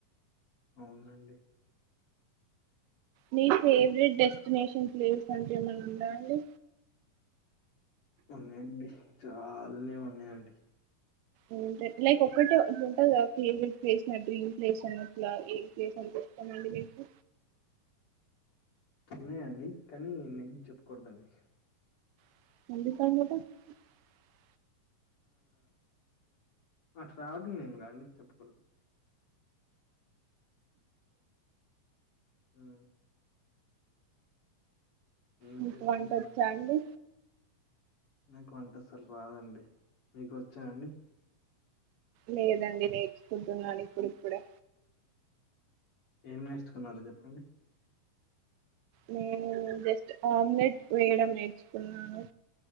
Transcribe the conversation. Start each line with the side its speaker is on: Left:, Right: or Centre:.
Left: అవునండి
Right: నీ ఫేవరెట్ డెస్టినేషన్ ప్లేస్ అంటు ఏమన్న ఉందా అండి
Left: ఉన్నాయండి చాలానే ఉన్నాయండి
Right: అంటె లైక్ ఒక్కటే అట్లుంటది కదా ఫేవరెట్ ప్లేస్ డ్రీమ్ ప్లేస్ అని అట్ల ఏం ప్లేస్ అని క మళ్ళీ మీకు
Left: ఉన్నాయండి కానీ నేను చెప్పుకూడదండి
Right: <unintelligible>
Left: ఆ ట్రావెలింగ్ <unintelligible> కా అండి చెప్పకూడదు హు ఏం
Right: మీకు
Left: చేస్తున్నారండి?
Right: వంట వచ్చా అండి
Left: నాకు వంట అసలు రాదండి మీకు వచ్చా అండి
Right: లేదండి నేర్చుకుంటున్నాను ఇప్పుడు ఇప్పుడే
Left: ఏం నేర్చుకున్నరో చెప్పండి
Right: నేను జస్ట్ ఆమ్లెట్ వేయడం నేర్చుకున్నాను